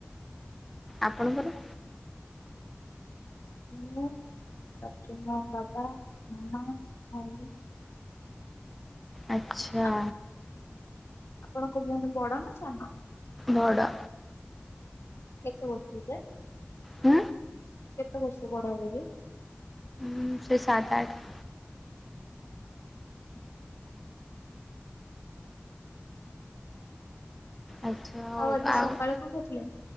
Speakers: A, in the centre; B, on the left.
A: ଆପଣଙ୍କର?
B: ମୁଁ <unintelligible> ବାବା ମାମା ଭାଇ।
A: ଆଚ୍ଛା।
B: ଆ- ଆପଣଙ୍କ ଭଉଣୀ ବଡ ନା ସାନ?
A: ବଡ଼।
B: କେତେ ବର୍ଷରୁ ଯେ
A: ହୁ।
B: କେତେ ବର୍ଷ ବଡ ହେବେ ଯେ?
A: ହୁଁ ସେ ସାତେ ଅଠେ।
B: ହ <inaudible>
A: ଆଚ୍ଛା ଆଉ
B: ଆଜି
A: ଆଉ
B: ସକାଳେ କଣ ଖାଇଥିଲେ?